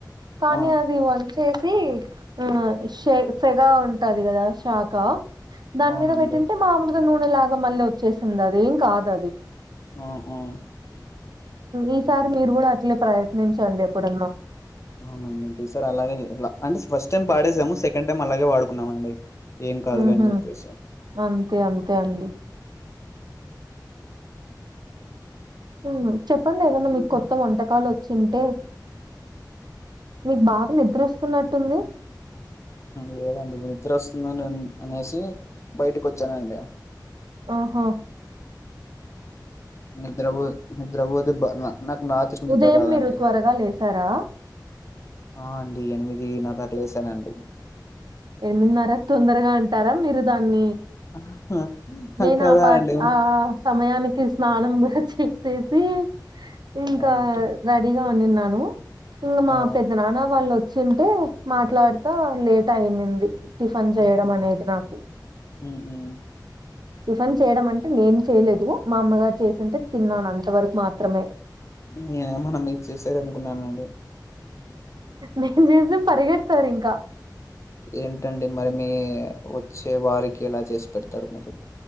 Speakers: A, on the right (about 70°); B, on the left (about 40°).
A: కానీ
B: ఆ
A: అది వంచేసి ఆ సెగ ఉంటది కదా షాక్ కదాని
B: అవునండి
A: మీద పెట్టింటే మాములుగా నూనె లాగా మళ్ళీ వచ్చేసింది అది కాదు
B: ఆ హా హా
A: ఈసారి మీరు కూడా అట్లే ప్రయత్నించండి ఎప్పుడన్నా
B: అవున సారె అలాగే అంటే ఫస్ట్ టైం పాడేసాము సెకండ్ టైం అలాగే వాడుకున్నాము అండి ఏం కాదులే
A: ఉహు
B: అని చెప్పేసి
A: అంతే అంతే అండి హు చెప్పండి ఏదన్నా మీకు
B: ఉమ్.
A: కొత్త వంటకాలు వచ్చింటే మీకు బాగా నిద్ర వస్తున్నట్టుంది
B: లేదండి నిద్ర వస్తుంది అనేసి బయటకి వచ్చానండి
A: ఓహో
B: నిద్రపో నిద్ర పోతే బ నాకు రాత్రరు నిద్దర్
A: ఉదయం
B: రాదండి
A: మీరు త్వరగా లేసారా
B: ఆ అండి ఎనిమిది నరా కి లేసానండి
A: ఎనిమిదిన్నర తొందరగా అంటారా మీరు దాన్ని
B: ఆహా,
A: నేను
B: కదా
A: ఆ పా
B: అండి
A: ఆ సమయానికి స్నానం కూడా చే చేసి ఇంకా
B: అంటే
A: రెడీగా వండిన్నాను ఇంక మా
B: ఆ
A: పెద్ద నాన్న వాళ్ళు వచ్చింటే మాట్లాడుతా లేట్ అయింది టిఫీన్ చేయడం
B: ఉమ్,
A: అనేది నాకు
B: ఉమ్, ఉమ్,
A: టిఫెన్ చేయడం అంటే నేను చేయలేదు మా అమ్మగారు చేసింటే తిన్నాను అంత వరకు మాత్రమే
B: నేనే మన మీరు చేసారు అనుకున్నానండి
A: నేను చేస్తే పరిగెడతారు ఇంకా
B: ఏంటండి మరి మీ వచ్చే వారికి ఎలా చేసి పెడతారు మీరు